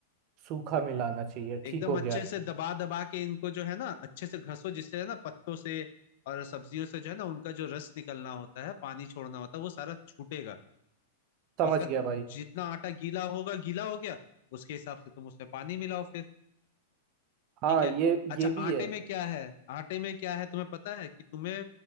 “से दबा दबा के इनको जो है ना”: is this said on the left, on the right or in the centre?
Left